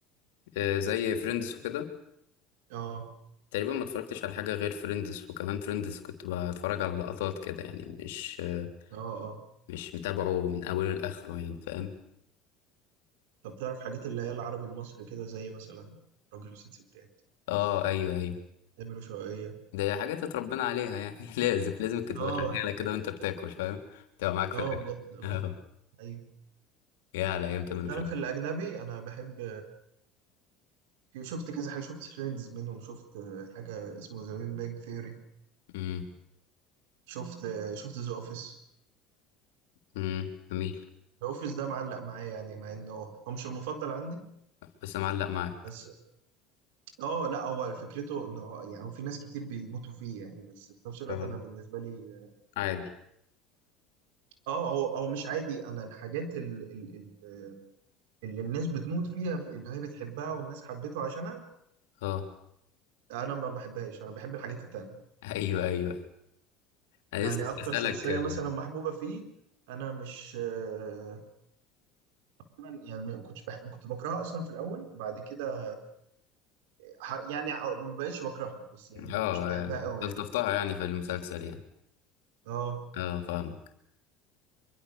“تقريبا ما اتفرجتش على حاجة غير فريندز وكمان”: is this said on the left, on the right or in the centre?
Left